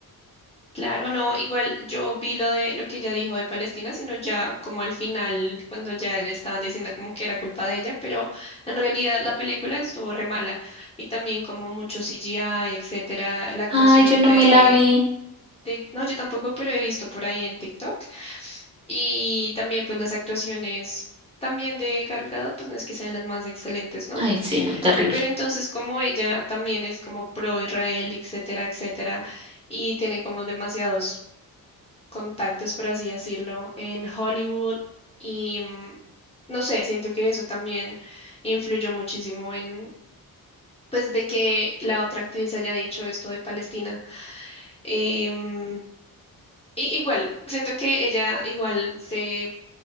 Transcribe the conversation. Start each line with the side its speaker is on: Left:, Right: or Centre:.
Left: Claro, no, igual yo vi lo de lo que ella dijo de Palestina, sino ya como al final, cuando ya le estaban diciendo como que era culpa de ella, pero en realidad la película estuvo re mala y también como mucho CGI, etcétera, la actuación
Right: Ay, yo no
Left: de,
Right: me la vi.
Left: de, no, yo tampoco, pero he visto por ahí en TikTok y también pues las actuaciones también de Gal Gadot, pues no es que sean las más excelentes, ¿no?
Right: Ay, sí, no, terrible.
Left: Pero entonces como ella también es como pro Israel, etcétera, etcétera y tiene como demasiados contactos, por así decirlo, en Hollywood y mm, no sé, siento que eso también influyó muchísimo en, pues, de que la otra actriz haya dicho esto de Palestina. Em, i- igual, siento que ella igual se